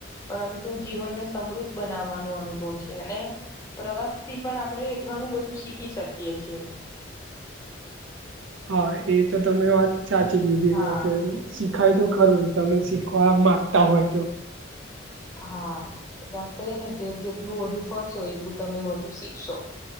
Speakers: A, on the left; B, on the right.
A: પરંતુ જીવનને સમૃદ્ધ બનાવવાનો અનુભવ છે અને પ્રવાસ થી પણ આપણેે ઘણું બધું શીખી શકીએ છીએ.
B: હા એ તો તમે વાત સાચી કીધી
A: હા
B: છે કે શીખાય તો ખરું તમે શીખવા માંગતા હોય તો.
A: હા એટલે આમ કહી ને કે જેટલું વધુ ફરશો એટલું તમે વધ દ શિક્ શો <inaudible>